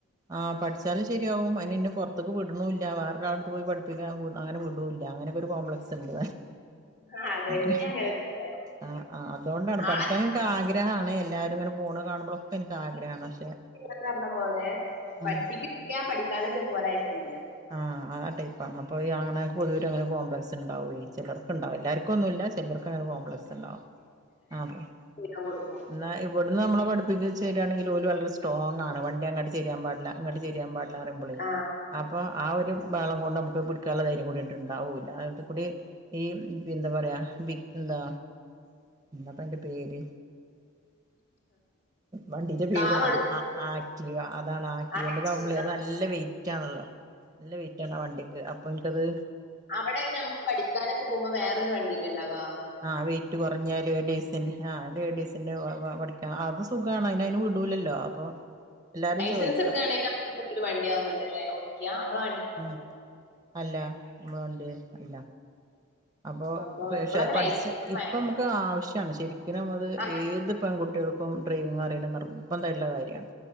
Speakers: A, on the right; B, on the left.
A: ആഹ് പഠിച്ചാല് ശരിയാവും അയിന്ന്നെ പുറത്തേക്ക് വിട്ണുല്ല വേറൊ ത്ത് പോയി പഠിപ്പിക്കാൻ വിടു അങ്ങനെ വിടൂഅല്ല അങ്ങനൊക്കൊ ഒരു കോംപ്ലക്സ് ണ്ട്
B: ആഹ് അതെ
A: അങ്ങനെ
B: ഇവിടേം തന്നെ
A: ആഹ് ആഹ് അതുകൊണ്ടാണ് പഠിക്കാന്
B: ആളെ
A: ക്ക് ആഗ്രഹാണ് എല്ലാരും ഇങ്ങനെ പോണ കാണുമ്പോളൊക്കെ എനക്ക് ആഗ്രഹാണ് പക്ഷെ
B: ന്ന് <unintelligible> പറഞ്ഞ <unintelligible> പോതെ പഠിപ്പിക്ക
A: ഉം
B: പഠിക്കാനൊക്കെ പോലെ അയക്കൂല്ല
A: ആഹ് ആ ടൈപ്പാണ് അപ്പൊ ഈ ആണ്ക് പൊതുവേരു അങ്ങനെ കോംപ്ലക്സ് ഉണ്ടാവൂവേ ചിലർക്കിണ്ടാവും എല്ലാർക്കും ഒന്നുംല്ല ചിലർക്ക് അങ്ങനെ കോംപ്ലക്സ് ഉണ്ടാവും ആഹ്
B: <unintelligible> കൊടുക്കു
A: എന്നാ ഇവിടുന്ന് നമ്മെളേ പഠിപ്പിച്ചുരികയെങ്കി ഓല് വളരെ സ്ട്രോങ് ആണ് വണ്ടി അങ്ങോട്ട് ചെയരിൻ പാടില്ല ഇങ്ങട്ട് ചെയരിൻ പാടില്ല അറയുമ്പുളി
B: ആഹ്
A: അപ്പോ ആ ഒരു ബഹളം കൊണ്ട് നമക്ക് പിടിക്കാനുള്ള ധൈര്യം കൂടിയിട്ട് ഉണ്ടാവുല്ല അത് കൂടി ഈ പ് എന്താ പറയാ വി എന്താ അപ്പ യിന്റെ പേര് വണ്ടിന്റെ പേരു
B: കാറോടുക്കും
A: ആ ആ ആക്റ്റീവ അതാണ് ആക്ടിവ
B: ആഹ്
A: നല്ല വെയിറ്റ്ണല്ലോ നല്ല വെയിറ്റ് ആണ് വണ്ടി അപ്പ നിക്കത്
B: അവിടെക്കേ നമ്മ പഠിക്കാനൊക്കെ പോകുമ്പോ വേറൊരു വണ്ടില്ലേ ഉണ്ടാവാ?.
A: ആഹ് വെയിറ്റ് കുറഞ്ഞ ലേഡീസിന് ആഹ് ലേഡീസ് പിന്നെ വ വ പഠിക്കാ അത് സുഖാണ് അയിന് അയിന് വിടൂലല്ലോ അപ്പൊ എല്ലാരും
B: ലൈസൻസ്
A: ചോദിക്കും
B: എടുക്കുകയാണെങ്കിൽ ഒരു വണ്ടിയാവവുന്നുണ്ടല്ലേ ഓടിക്ക നമ്മള
A: ഉം അല്ല നമ്മളണ്ടി അല്ല അപ്പോ
B: അപ്പൊ
A: തീര്
B: ഇപ്പോഴൊക്കെ
A: ശായി പഠിച്ച
B: ലൈസൻസ്
A: ഇപ്പ
B: ഭയങ്കര
A: നമുക്ക് ആവശ്യാണ് ശരിക്കിന് മ്മത്
B: ആ,
A: ഏത് പെൺകുട്ടികൾക്കും ഡ്രൈവിംഗ് അറിയുന്ന നിർബന്ധയുള്ള കാര്യാണ്